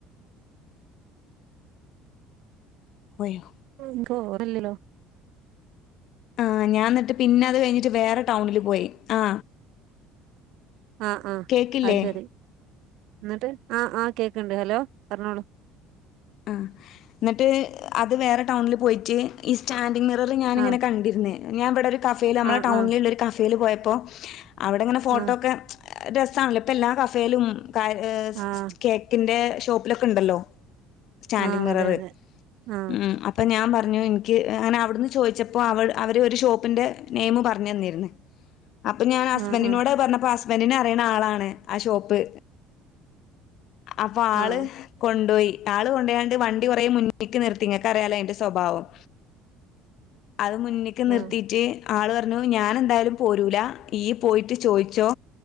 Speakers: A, on the left (about 50°); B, on the right (about 60°).
A: പോയോ
B: ോ <unintelligible>
A: ആ ഞാൻ എന്നിട്ട് പിന്നെ അത് കഴിഞ്ഞിട്ട് വേറെ ടൗണില് പോയി ആ
B: ആഹ ആഹ
A: കേക്കില്ലേ
B: അത് ശരി എന്നിട്ട് ആ ആ കേക്കണ്ട് ഹലോ പറഞ്ഞോളൂ
A: ആ എന്നിട്ട് അത് വേറെ ടൗണിൽ പോയിട്ട് ഈ സ്റ്റാൻ ൻ മിറർ ഞാനിങ്ങന
B: ആഹ്
A: കണ്ടിുന്ന ഞാ ഇവിടെ ഒരു കഫേൽ നമ്മുടെ
B: ആഹ്
A: ടൗണില
B: ആഹ്
A: ഒരു കഫേൽ പോയപ്പോൾ അവിടെങ്ങനെ ഫോട്ടോ
B: ആഹ്
A: ഒക്കെ രസമാണല്ലോ ഇപ്പം എല്ലാ കഫേയിലും കാ ഏ
B: ആഹ്
A: കേക്കിന്റെ ഷോപ്പിലൊക്കെ ഉണ്ടല്ലോ സ്റ്റാൻഡി
B: ആഹ്
A: മിററ്
B: അതെ അതെ ആഹ്
A: ഉ അപ്പൊ ഞാൻ പറ പറഞ്ഞു എനിക്ക് അങ്ങനെ അവിടുന്ന് ചോദിച്ചപ്പോ അവ അവര് ഒരു ഷോപ്പിന്റെ നെയിമ് പറഞ്ഞു തന്നിര്ന്ന് അപ്പൊ ഞാൻ ഹസ്ബൻഡിനോട്
B: ആഹ് ആഹ്
A: പറഞ്ഞപ്പ ഹസ്ബൻഡിനന് അറിയുന്ന ആളാണ് ആ ഷോപ്പ് അപ്പൊ ആള്
B: ആഹ്
A: കൊണ്ടോയി ആള് കൊണ്ടെങ്ങാണ്ട് വണ്ടി കുറ മുന്നിക്ക് നിർത്തിങ്ങക്ക അറിയാലോ അയിന്റെ സ്വഭാവം അത് മുന്നേക്ക് നിർത്തിട്ട്
B: ആഹ്
A: ആള് പറഞ്ഞു ഞാൻ എന്തായാലും പോരൂല ഇയ്യ് പോയിട്ട് ചോയിച്ചോ